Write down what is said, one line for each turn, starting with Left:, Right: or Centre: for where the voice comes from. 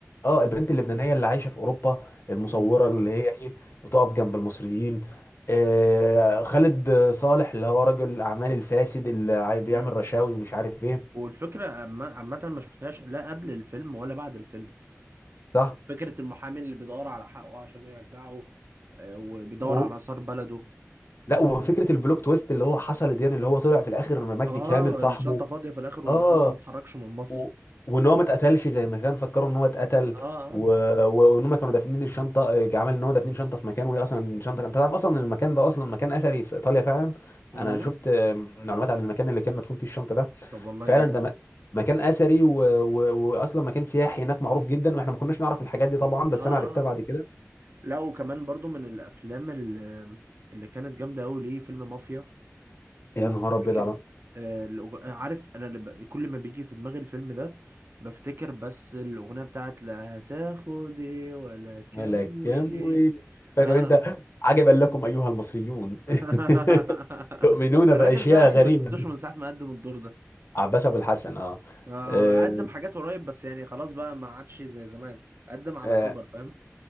Left: اه البنت اللبنانيه اللي عايشه في اوروبا المصوره
Right: مم.
Left: اللي هي ايه بتقف جنب المصريين آه، خالد صالح اللي هو رجل الاعمال الفاسد اللي عاي- بيعمل
Right: مم.
Left: رشاوي ومش عارف ايه
Right: والفكرة عامة عامة ما شفتهاش لا قبل الفيلم ولا بعد الفيلم
Left: صح
Right: فكرة المحامي اللي بيدور على حقه عشان يرجعه آه، وبيدور
Left: و...
Right: على آثار بلده
Left: لا وفكره البلوك تويست اللي هو حصل دي يعني اللي هو طلع في الاخر مجدي
Right: اه
Left: كامل صاحبه
Right: الشنطة فاضية في الآخر والعقدة
Left: اه
Right: ما اتحركش من مصر
Left: و... وان هو ما اتقتلش زي ما كان فكروا ان هو اتقتل
Right: اه اه
Left: و... و- وان هم كانوا دافنين الشنطه آه، عمل ان هو دافنين شنطه في مكان وهي اصلا الشنطه كانت- انت تعرف اصلا ان المكان ده اصلا مكان اثري في ايطاليا فعلا
Right: مم.
Left: انا شفت آه، معلومات عن المكان اللي كان مدفون فيه الشنطه ده
Right: طب والله
Left: فعلا
Right: جامد
Left: ده م... مكان اثري و... و... واصلا مكان سياحي هناك معروف جدا واحنا ما كناش نعرف الحاجات دي طبعا بس
Right: اه آه،
Left: انا عرفتها
Right: آه.
Left: بعد كده
Right: لا وكمان برضو من الأفلام اللي, اللي كانت جامدة أوي ليه فيلم مافيا وفكرة
Left: يا نهار ابيض على
Right: آه، الأغ- عارف أنا لما- كل ما بيجي في دماغي الفيلم ده بفتكر بس الأغنية بتاعت لا هتاخد إيه ولا كام
Left: ملك
Right: وليه
Left: كام ويلك فاكر
Right: آه
Left: انت عجبا لكم ايها المصريون
Right: <laughs>
Left: <laughs> تؤمنون
Right: الراجل
Left: باشياء
Right: ده يا أخي
Left: غريبه
Right: ما شفتوش من ساعة ما قدم الدور ده
Left: عباس ابو الحسن اه,
Right: آه
Left: آه.
Right: قدم حاجات قريب بس يعني خلاص بقى ما عادش زي زمان قدم على
Left: آه.
Right: كبر فاهم